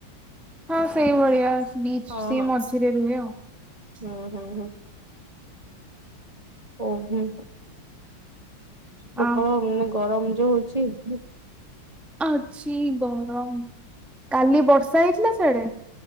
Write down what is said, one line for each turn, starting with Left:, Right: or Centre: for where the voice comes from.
Centre: ହଁ ସେଇଭଳିଆ ଆ । ବିଚ
Right: ହଁ
Centre: ସେ
Right: ହଁ
Centre: ମଝିରେ ରୁହେ ଆଉ।
Right: ହୁଁ ହୁଁ ହୁଁ ଓ ହୁଁ। ପ୍ରୋବଳମ
Centre: ଅ
Right: ନା ଗରମ ରହୁଛି ହୁଁ ।
Centre: ଆଛି ଗରମ କାଲି ବର୍ଷା ହେଇଥିଲା ଛଡ଼େ।